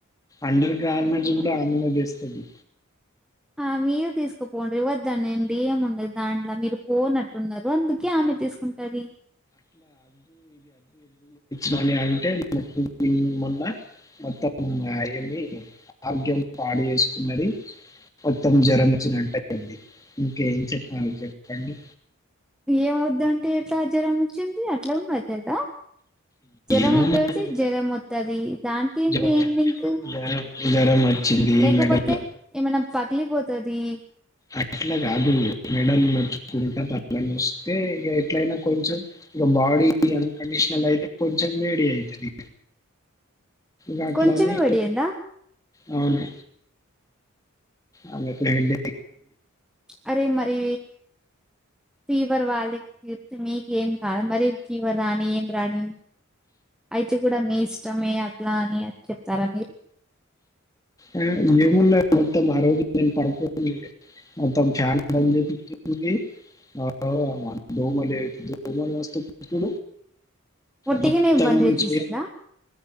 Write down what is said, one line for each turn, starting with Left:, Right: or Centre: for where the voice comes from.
Left: అండర్ గార్మెంట్స్ కూడా ఆమెలో వేస్తుంది
Centre: ఆ మీరు తీసుకుపోం వద్దనండి ఏము ఉండ దాంట్లో మీరు పోనట్టున్నారు అందుకే ఆమె తీసుకుంటది
Left: మరి అంటే మొన్న మొత్తం అయ్యింది ఆరోగ్యం పాడు చేసుకున్నది మొత్తం జ్వరం వచ్చినటు అయ్యింది ఇంకేం చెప్పాలి చెప్పండి
Centre: ఏమవుద్ద అంటే ఎట్లా జ్వరం వచ్చింది అట్లా ఉండది కదా జ్వరం
Left: ఏమో
Centre: ఎప్పుడతే
Left: మరి
Centre: జ్వరం వతుది దానికి ఇంకి
Left: జ్వరం
Centre: ఏం లింక్
Left: జ్వరం జ్వరం వచ్చింది
Centre: లేకపోతే
Left: మెడలో
Centre: ఏమైనా పగిలిపోతంది అది
Left: అట్లా కాదు మెడల్ నచ్చుకుంటా పల్లని వస్తే ఇ ఎట్లయినా కొంచెం ఇ బాడీ అన్కండిషనల్ అయితే కొంచెం వేడి అవుతుది వాట్లాని
Centre: కొంచెమే పడియందా
Left: అవును అలాే హెడ్డ
Centre: అరే మరి ఫీవర్ వాళ్ళ మీకు ఏం కాదుి మరి ఇవ్వ రాని ఏం రాని అయితే కూడా మీ ఇష్టమే అట్లా అని చెప్తారా మీరు
Left: ఆ, ఏమున్నా మొత్తం ఆ రోజు నేను పడుకో మొత్తం చాలా బంద చేపించింది అ మా ో మ లేవి మలు వస్తడు
Centre: ఒట్టిగానే
Left: మొత్తం
Centre: బంద్ చేసేసిందా
Left: చే